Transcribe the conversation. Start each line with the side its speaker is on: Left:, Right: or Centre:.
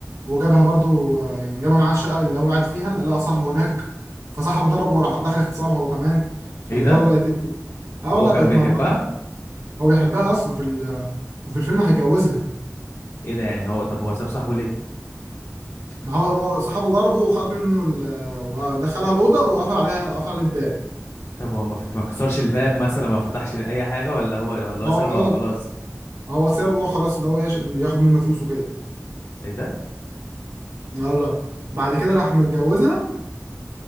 Right: وجابها برضه آه، يعني جابها معاه الشقة اللي هو قاعد فيها لقى صاحبه هناك فصاحبه ضربه وراح داخل اغتصبها هو كمان فاللي
Left: ايه ده
Right: هو بقت إيه؟ اه
Left: وهو
Right: والله
Left: كان
Right: بقت
Left: بيحبها
Right: مرمطة هو بيحبها اصلا في ال- وفي الفيلم هيتجوزها
Left: ايه ده يعني هو طب هو ساب صاحبه ليه
Right: ما هو ما هو صاحبه ضربه وخد منه ال... ودخلها الأوضة وقفل عليها قفل عليه الباب
Left: طب هو ما فت... ما كسرش الباب مثلا ما فتحش اي حاجه ولا هو ولا
Right: ما
Left: هو سابها
Right: هو
Left: وخلاص
Right: قال- ما هو سابه بقى خلاص اللي هو يش... ياخد منه فلوس وكده
Left: ايه ده
Right: والله بعد كده راح متجوزها